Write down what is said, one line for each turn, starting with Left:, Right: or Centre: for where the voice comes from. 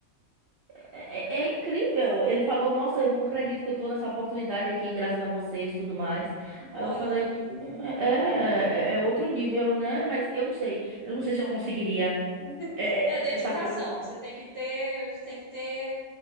Right: É, é é incrível. Ele falou, nossa, eu não acredito que eu tô nessa oportunidade aqui, graças a vocês e tudo mais.
Left: olha.
Right: Aí eu falei, é, é, é é outro nível, né? Mas eu não sei.
Left: Sim.
Right: Eu não sei se eu conseguiria
Left: <laughs>
Right: é,
Left: É
Right: é, é,
Left: dedicação.
Right: essa coisa.
Left: Você tem que ter, tem que ter